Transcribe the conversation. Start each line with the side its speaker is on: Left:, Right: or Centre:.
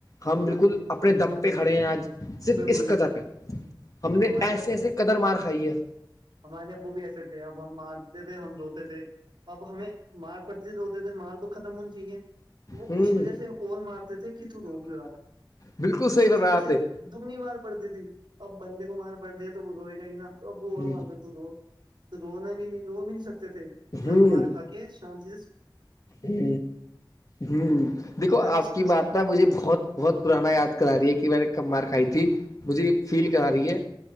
Left: ہم بالکل
Right: ہاں جی
Left: اپنے دم پہ کھڑے ہیں آج صرف
Right: بالکل
Left: اس
Right: جی
Left: قدر
Right: بالکل
Left: پہ ہم نے
Right: ہمارے
Left: ایسے ایسے قدر مار کھائی ہے
Right: ہمارے ابو بھی ایسے تھے اب ہم مارتے تھے ہم روتے تھے اب ہمیں مار پرتیت ہوتے تھے مارڑ تو ختم من جی ہے وہ
Left: ہوں
Right: اس وجہ سے اور مارتے تھے کہ تو رو کیوں لاے
Left: بالکل صحیح فرمایا
Right: اس وجہ
Left: آپ
Right: سے
Left: نے
Right: دگنی مار پڑتی تھی اب بندے کو مار پڑ رہ ہیں تو وہ روئے گا ہی نا تو اب وہ
Left: ہ
Right: اور مارتے تو رو تو رونا بھی نہیں رو بھی نہیں سکتے تھے فرم
Left: ہ
Right: مارکا کے شانس
Left: ہ ہ دیکھو
Right: ہے نا
Left: آپ
Right: سکون
Left: کی بات ن مجھے بہت بہت پرانا یاد کرا رہی ہے کہ میں نے کب مار کھائی تھی مجھے فیل کرا رہی ہے